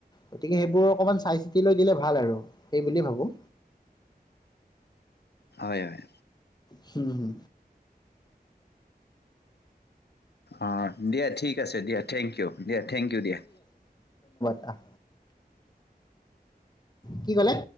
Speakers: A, on the left; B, on the left.
A: গতিকে সেইবোৰ অকণমান চাই চিতি লৈ দিলে ভাল আৰু সেই বুলিয়ে ভাবোঁ
B: হয় হয়
A: হুম হম
B: অ অঁ দিয়া ঠিক আছে দিয়া থেংক ইউ দিয়া থেংক ইউ দিয়া
A: আহ আহ কি কলে